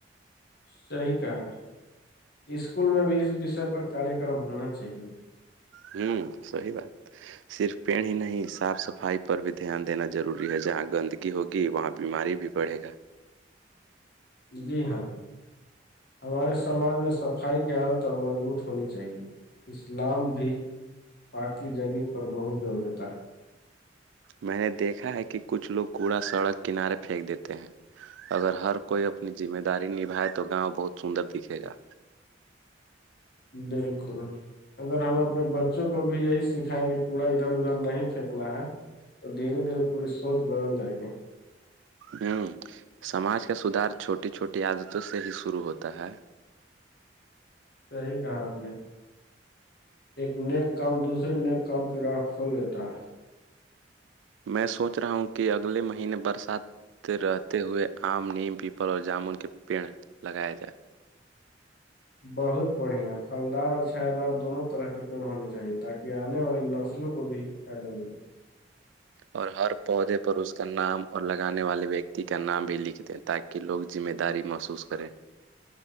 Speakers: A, on the left; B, on the right.
A: صی کہا اسکول میں بھی اس وشے پر کاریہ کررم ہونا چاہیے
B: ہوں سی بات صرف پیڑ ہی نہیں صاف سفائی پر بھی دھیان دینا ضروری ہے جہاں گندگی ہوگی وہاں بیماری بھی بڑھے گا
A: جی ہاں ہمارے سماج میں صفائی کی عادت اور مضبوط ہونی چاہیے اسلام بھی پاک کی جگہ پر بہت زور دیتا ہے
B: میں نے دیکھا ہے کہ کچھ لوگ کوڑا سڑک کنارے پھینک دیتے ہیں اگر ہر کوئی اپنی ذمہ داری نبھائے تو گاؤں بہت سندر دکھے گا
A: بالکل اگر ہم اپنے بچوں کو بھی یہی سکھائیںنگے کوڑا ادھر ادھر نہیں پھینکنا ہے تو دھیرے دھیرے پوری سوچ بدل جائے گی
B: ہوں سماج کا سدھار چھوٹی چھوٹی عادتوں سے ہی شروع ہوتا ہے
A: صحیح کہا آپ نے ایک نیک کام دوسرے نیک کام کی راہ کھول لیتا ہے
B: میں سوچ رہا ہوں کہ اگلے مہینے برسات رہتے ہوئے آم نیم پیپل اور جامن کے پیڑ لگایا جائے
A: بہت بڑھیا پھلدار اور چھا دار دونوں طرح کے پھل ہونے چاہیے تاکہ آنے والی نسلوں کو بھی فایدہ دےگا
B: اور ہر پودے پر اس کا نام اور لگانے والے ویکتی کا نام بھی لکھ دیں تاکہ کہ لوگ ذمہ داری محسوس کریں